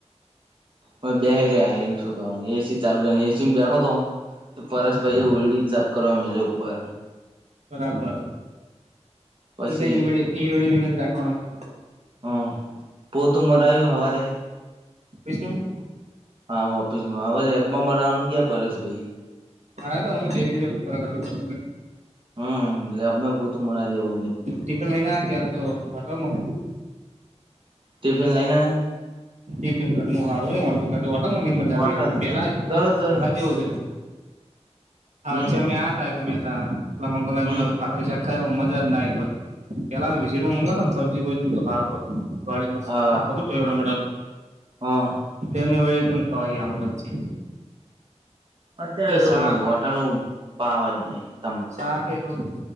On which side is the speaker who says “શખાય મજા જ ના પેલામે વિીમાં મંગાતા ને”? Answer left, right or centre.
Right